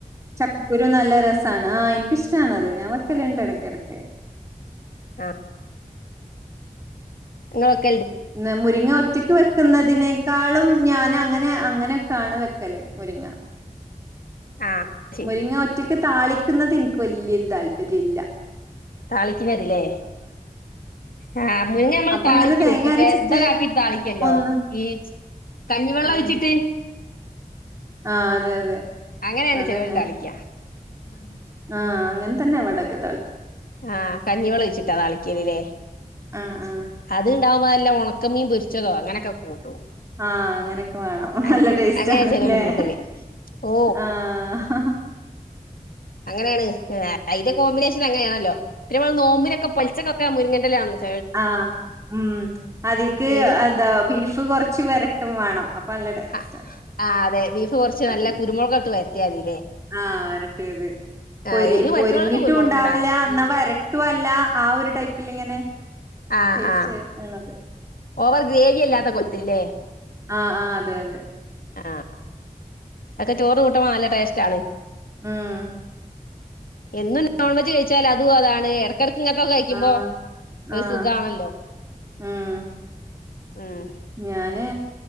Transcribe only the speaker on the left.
ആ ങ്ങള്
ആ ശരി
താളിക്കുന്നതില്ലേ ആ മുരിങ്ങ നമ്മള്
താളിക്കും
വെറുതെ
കാട്ടി താളിക്കല്ലോ
ഈ കഞ്ഞിവെള്ളം
ഒഴിച്ചിട്ട്
അങ്ങനെയാണ്
ചെലവര് താളിക്ക ഉം
ആ കഞ്ഞിവെള്ളൊഴിച്ചിട്ടാ താളിക്കല് ലെ
അത്ണ്ടാവുമ്പോ നല്ല ഒണ ക്ക മീൻ പൊര്ച്ചതോ അങ്ങനൊക്കെ കൂട്ടും
അങ്
അങ്ങനെ ചിലവര് കൂട്ടല് ഓ
അങ്ങനേണ് ഐന്റെ കോമ്പിനേഷൻ അങ്ങനേണല്ലൊ പിന്നമ്മള് നോമ്പനൊക്കെ പൊൽച്ചക്കൊക്കെ മുര്ങ്ങ ൻ്റല
എരു
ആഹ് ആഹ് അതെ ബീഫ് കുറച്ച് നല്ല
കുരുമുളക് ഇട്ട് വരട്ടിയാ മതില്ലേ
ആഹ് എരു
പറ്റുന്നവർക്ക് കുരുമുളക് ഇടാ
അല്ല
ആഹ്
ആഹ്
ഓവർ ഗ്രേവി ആല്ലാത്ത കോൽത്തില് ലെ
ആ ആക്കെ ചോറ്ന് കൂട്ടുമ്പോ നല്ല ടേസ്റ്റാണ്
എന്നും നോൺവെജ് കഴിച്ചാല് അതും അതാണ് എ ടക്കിടക്ക് ഇങ്ങൻത്തൊക്കെ കഴിക്കുമ്പോ
ഒരു
സുഖാണല്ലോ
ഉം